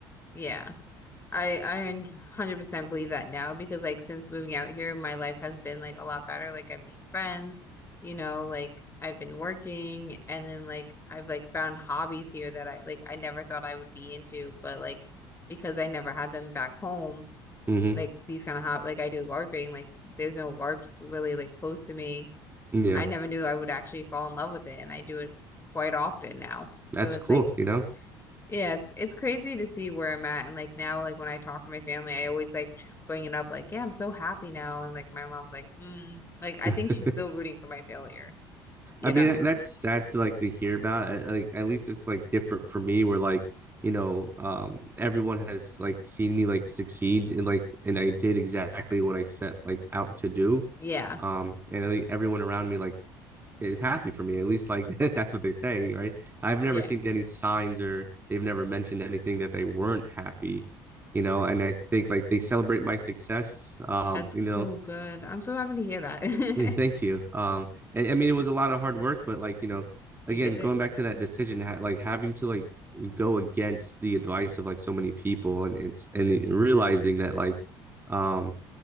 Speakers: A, on the left; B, on the right.
A: Yeah. I I 100% believe that now because like since moving out here, my life has been like a lot better. Like I've made friends, you know, like I've been working and then like I've like found hobbies here that I like I never thought I would be into, but like because I never had them back home,
B: hmm
A: like these kind of hob like I do LARPing, like there's no LARPs really like close to me.
B: Yeah,
A: I never knew I would actually fall in love with it and I do it quite often now.
B: that's
A: So it's
B: cool,
A: like
B: you know?
A: yeah, it's it's crazy to see where I'm at and like now like when I talk to my family, I always like tr- bring it up like, yeah, I'm so happy now and like my mom's like, mm. Like I
B: <laughs>
A: think she's still rooting for my failure, you
B: I mean,
A: know.
B: that, that's sad to like to hear about. I, I, like, at least it's like different for me, where like, you know, um, everyone has like seen me like succeed and like, and I did exactly what I set like out to do.
A: Yeah.
B: Um, and I think everyone around me like is happy for me. At least like <laughs> that's what they say, right? I've never
A: Yeah.
B: seen any signs or they've never mentioned anything that they weren't happy, you know. And I think like they celebrate my success. Um,
A: That's
B: you know,
A: so good. I'm so happy to hear that. <laughs>
B: yeah, thank you. Um, and I mean it was a lot of hard work, but like you know,
A: You
B: again
A: did it.
B: going back to that decision, ha- like having to like go against the advice of like so many people, and it's and realizing that like um